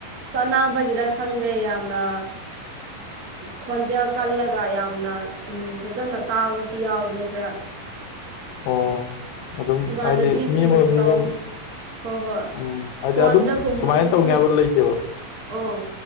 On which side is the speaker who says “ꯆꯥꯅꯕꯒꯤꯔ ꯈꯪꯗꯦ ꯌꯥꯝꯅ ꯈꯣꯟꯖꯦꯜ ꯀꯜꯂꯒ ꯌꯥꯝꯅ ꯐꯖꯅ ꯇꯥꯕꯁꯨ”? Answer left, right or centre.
Right